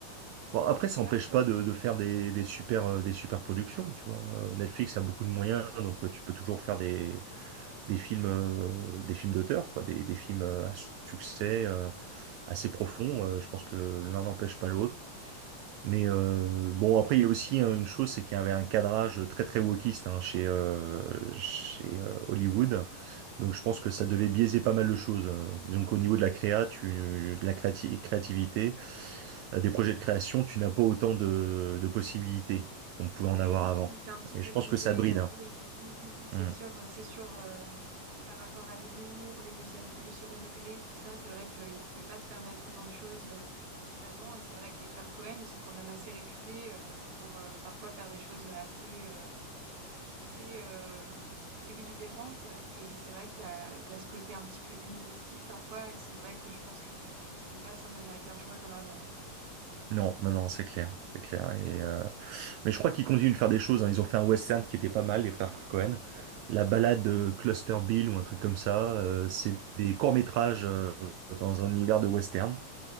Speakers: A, on the right (about 80°); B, on the right (about 65°).
A: Bon, après, ça
B: je sais pas,
A: n'empêche
B: toi,
A: pas de, de faire des, des super, euh, des super productions, tu vois. Euh, Netflix a beaucoup de moyens, donc euh, tu peux toujours faire des, des films, euh, des films d'auteur, quoi, des, des films euh, à succès, euh, assez profonds. Euh, je pense que l'un n'empêche pas l'autre. Mais euh, bon, après, il y a aussi hein, une chose, c'est qu'il y avait un cadrage très très wokiste hein, chez, euh, chez euh, Hollywood. Donc je pense que ça devait biaiser pas mal de choses. Euh, Donc au niveau de la créa, tu, de la créati- créativité, euh, des projets de création, tu n'as pas autant de, de possibilités qu'on pouvait
B: Ouais,
A: en avoir
B: je pense
A: avant.
B: qu'ils étaient un petit
A: Et
B: peu
A: je
B: bridés.
A: pense que ça bride.
B: euh,
A: hein.
B: oui, Mm, mm, mm, c'est
A: Mm.
B: sûr, euh, c'est sûr. euh, par rapport à l'humour, le deuxième, le second degré, tout ça, c'est vrai qu'ils pouvaient pas se permettre autant de choses euh, qu'avant. Et c'est vrai que les frères Cohen, ils sont quand même assez réputés euh, pour euh, parfois faire des choses assez, euh, assez euh, exubérantes. Et c'est vrai qu'il y a, il y a ce côté un petit peu humoristique parfois. Et c'est vrai que je pense qu'ils pouvaient pas s'en donner à cœur joie comme avant. hein.
A: Non, non, non, c'est clair, c'est clair. Et euh, mais je crois qu'ils continuent de faire des choses. hein. Ils ont fait un western qui était pas mal, les frères Cohen. La balade euh, Cluster Bill ou un truc comme ça. euh, c'est des courts-métrages euh, dans un univers de western.